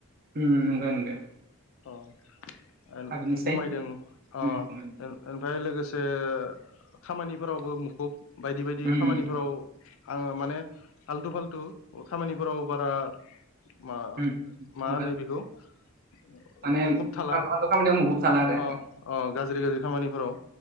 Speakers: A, on the right; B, on the left.
A: उम नोंगो नोंगो
B: अ एल
A: आगोलनिसाय
B: खमायदों अ
A: उम खमायदो
B: एमफ्राय लोगोसे खामानिफोरावबो मुखुब बायदि बायदि
A: उम
B: खामानिफोराव आङो माने आल्थु फाल्थु खामानिफोराव बारा मा
A: उम
B: माहोनो
A: नंगौ
B: बिखौ मुखुब
A: माने
B: थाला
A: फालथु
B: अ
A: फालथु खामानियाव मुखुब थाला आरो
B: अ गाज्रि गाज्रि खामानिफोराव